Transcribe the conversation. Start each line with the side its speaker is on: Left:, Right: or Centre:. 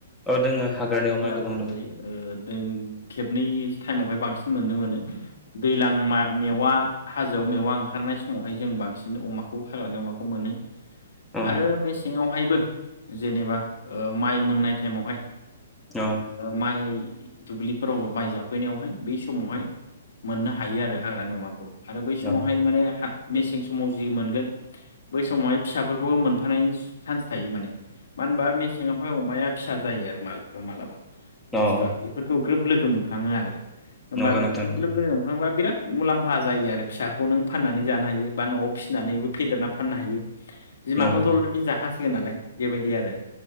Centre: ओ दोङो हाग्रानि अमा गोबां
Left: मोनजायो
Centre: दं
Left: ओ खेबनै टाइमावहाय बांसिन मोननो मोनो दैज्लां मेवा हाजोआव मेवा ओंखारनाय समावहाय जों बांसिन अमाखौ हाग्रानि अमाखौ मोनो
Centre: औ
Left: आरो मेसेंआवहायबो जेनेबा ओ माइ मोननाय टाइमावहाय
Centre: औ
Left: माइ दुब्लिफोराव माइ जाफैनायावहाय बे समावहाय मोननो हायो आरो हाग्रानि अमाखौ आरो बै समावहाय
Centre: औ
Left: माने मेसें समाव जि मोनगोन बै समावहाय फिसाफोरखौबो मोनफानाय चान्स थायो माने मानो होनबा मेसेङावहाय अमाया फि सा जायो आरो मालाबा मालाबा बुस्थुआ
Centre: औ
Left: बेफोरखौ ग्रोब लोगो मोनफ्लाङो आरो होमबा
Centre: नंगौ
Left: बेफोरफोरखौ
Centre: नोंथां
Left: ग्रोब लोगो मोनफ्लांबा बिराद मुलाम्फा जायो आरो फिसाखौ नों फाननानै जानो हायो बा न'आव फिसिनानैबो फेदेरना फाननो हायो बिमाखौथ'
Centre: नंगौ नंगौ
Left: अलरेडि जाखासिगोन नालाय बेबायदि आरो